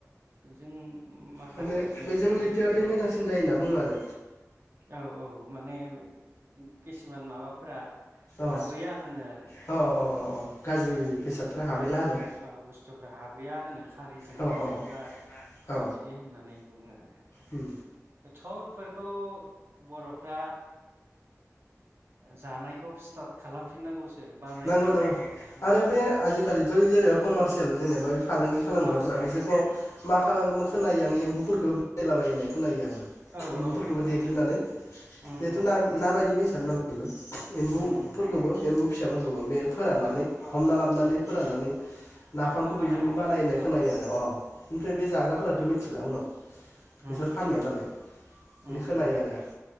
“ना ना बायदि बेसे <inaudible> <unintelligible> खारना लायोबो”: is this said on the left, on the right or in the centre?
Left